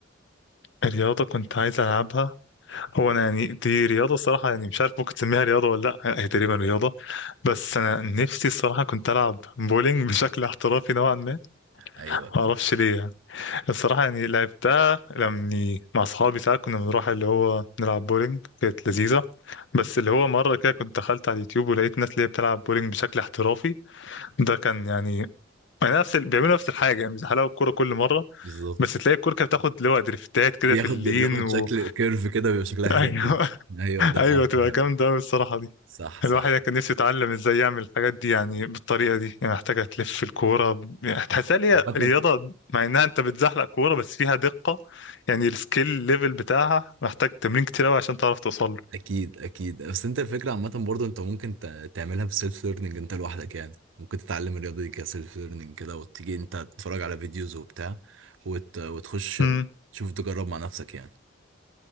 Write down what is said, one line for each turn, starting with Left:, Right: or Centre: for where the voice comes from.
Left: الرياضة كنت عايز ألعبها هو انا يعني دي رياضه الصراحه يعني مش عارف ممكن تسميها رياضه ولا لا هي تقريبا رياضه بس انا نفسي الصراحه كنت العب بولينج <laughs> بشكل احترافي نوعا ما
Right: ايوه
Left: ما اعرفش ليه يعني الصراحه يعني لعبتها لما مع اصحابي ساعات كنا بنروح اللي هو نلعب بولينج كانت لذيذه بس اللي هو مره كده كنت دخلت على اليوتيوب ولقيت ناس اللي هي بتلعب بولينج بشكل احترافي ده كان يعني يعني نفس ال... بيعملوا نفس الحاجه يعني بيزحلقوا الكوره كل مره
Right: بالظبط
Left: بس تلاقي الكوره كانت بتاخد اللي هو دريفتات كده
Right: بياخد
Left: في اللين
Right: بياخد
Left: و...
Right: شكل كيرف كده بيبقى شكلها
Left: <laughs>
Right: حلو
Left: ايوه
Right: قوي ايوه ده
Left: ايوه
Right: عارفه
Left: تبقى
Right: فعلا.
Left: جامده أوي الصراحه
Right: صح صح
Left: الواحد كان نفسه يتعلم ازاي يعمل الحاجات دي يعني بالطريقه دي يعني محتاجه تلف الكوره ب- يعني هتحسها ليها
Right: عامة
Left: رياضه مع انها انت بتزحلق كوره بس فيها دقه يعني السكيل ليفل بتاعها محتاج تمرين كتير قوي عشان تعرف توصل له
Right: اكيد اكيد بس انت الفكرة عامة برضه انت ممكن ت- تعملها بسيلف ليرنينج انت لوحدك يعني ممكن تتعلم الرياضة دي كسيلف ليرنينج كده وتيجي انت تتفرج على فيديوز وبتاع وت... وتخش
Left: امم
Right: تشوف تجرب مع نفسك يعني